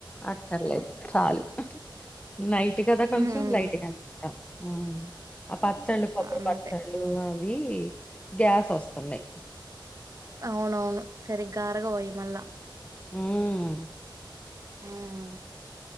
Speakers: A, on the left; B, on the right.
A: ఆతర్లేస్ చాలు నైట్ కదా కొంచెం
B: ఉమ్
A: లైట్గా అనిపిత్తాం ఉ ఆ పచ్చళ్ళు కొబ్బరి
B: అంతే
A: పచ్చళ్ళు అవి గ్యాస్ వస్తున్నయ్
B: అవునవును సరిగ్గా అరగవు పోయి మళ్ళ
A: ఊమ్
B: ఉమ్